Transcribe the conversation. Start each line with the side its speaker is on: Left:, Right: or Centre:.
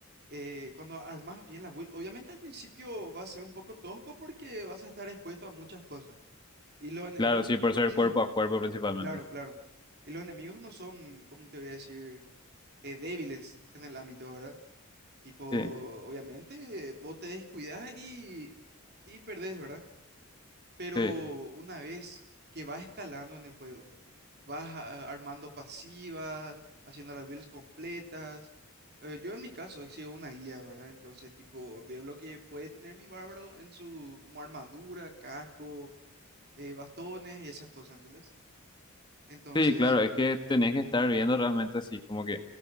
Right: eh, cuando armas bien la build, obviamente al principio va a ser un poco tosco porque vas a estar expuesto a muchas cosas. Y los enemigos,
Left: Claro, sí, por ser
Right: <clears throat>
Left: cuerpo a cuerpo principalmente.
Right: claro, claro. Y los enemigos no son, ¿cómo te voy a decir? eh, débiles en el ámbito, ¿verdad? Tipo,
Left: Sí,
Right: obviamente, vos te descuidás y, y perdés, ¿verdad? Pero
Left: sí,
Right: una vez que vas escalando en el juego, vas a- armando pasivas, haciendo las builds completas. Eh, yo en mi caso sigo una guía, ¿verdad? Entonces, tipo, veo lo que puede tener mi bárbaro en su, como armadura, casco, eh, bastones y esas cosas, ¿entendés? Entonces,
Left: sí, claro, es que tenés que estar viendo realmente así, como que